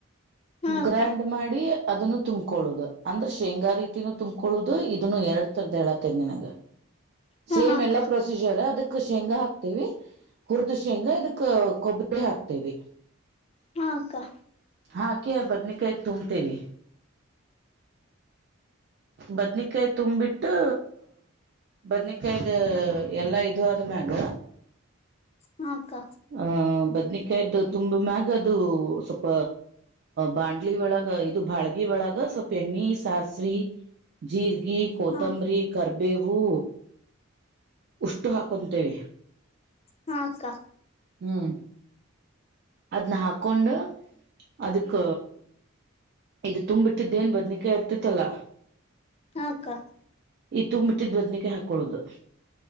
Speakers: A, on the left; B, on the right.
A: ಅಕ್ಕ
B: ಗ್ರ್ಯಾಂಡ್ ಮಾಡಿ. ಅದನ್ನು ತುಂಬಕೊಳದು ಅಂದ್ರೆ ಶೇಂಗಾ ರೀತಿನೂ ತುಂಬಕೊಳದು ಇದನ್ನು ಎರಡ್ ತರದ ಹೇಳತ್ತೇರ್ ನಿನಗ.
A: ಹಾ
B: ಸೇಮ್
A: ಹಾ ಅಕ್ಕ
B: ಎಲ್ಲ ಪ್ರೊಸೀಜರ ಅದಕ್ಕ. ಖುಷಿ ಶೆಂಗಾ ಹಾಕ್ತೀವಿ. ಹುರ್ದ್ ಶೆಂಗಾ ಇದುಕ್ಕ. ಕೊಬ್ಬರಿ ಹಾಕ್ತೇವಿ.
A: ಹಾ ಅಕ್ಕ.
B: ಹಾಕೆ ಬದ್ನಿಕಾಯ ತುಂಬ್ತೇನಿ. ಬದ್ನಿಕಾಯಿ ತುಂಬ್ಬಿಟ್ಟು ಬದ್ನಿಕಾಯ್ದ ಎಲ್ಲಾ ಇದು ಆದ್ಮ್ಯಾಗ.
A: ಹಾ ಅಕ್ಕ
B: ಹ ಬದ್ನಿಕಾಯ್ದು. ತುಂಬ್ ಮ್ಯಾಗ ಅದು ಸ್ವಲ್ಪ ಬಾಂಡ್ಲಿ ಒಳಗ ಇದು ಬಾಳ್ಗಿ ಒಳಗ ಸ್ವಲ್ಪ ಎಣ್ಣಿ ಸಾಸಿವಿ ಜೀರ್ ಗಿ ಕೊತಂಬರಿ
A: ಹಾ
B: ಕರ್ ಬೇವು. ಇಷ್ಟು ಹಾಕೊಂತೇವಿ.
A: ಹಾ ಅಕ್ಕಾ.
B: ಹ್ಮ್ ಅದ್ನ ಹಾಕೊಂಡು ಅದಕ್ಕ ಇದು ತುಂಬ್ಬಿಟ್ಟಿದ್ದೇಏನ್ ಬದ್ನಿಕಾಯಿ ಇರ್ತಿತ್ತಲ್ಲ.
A: ಅಕ್ಕ
B: ಈ ತುಂಬ್ಬಟ್ಟಿದ್ದ್ ಬದ್ನಕ್ಕೆ ಹಾಕ್. ಕೊಳದು.